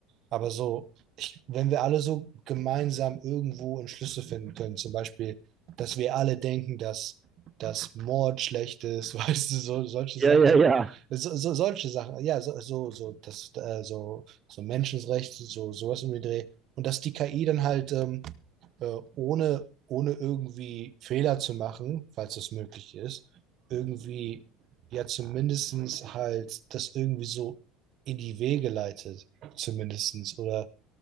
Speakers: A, on the right (about 55°); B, on the right (about 25°).
A: Aber so, ich, wenn wir alle so gemeinsam irgendwo einen Schlüssel finden können, zum Beispiel, dass wir alle denken, dass, dass Mord schlecht ist, <laughs> weißt du, so, solche
B: Ja,
A: Sachen,
B: ja, ja.
A: so, so, solche Sachen, ja, so, so, so, das, äh, so, so Menschenrechte, so, sowas um den Dreh. Und dass die KI dann halt ähm, äh, ohne, ohne irgendwie Fehler zu machen, falls das möglich ist, irgendwie ja zumindestens halt das irgendwie so in die Wege leitet zumindestens oder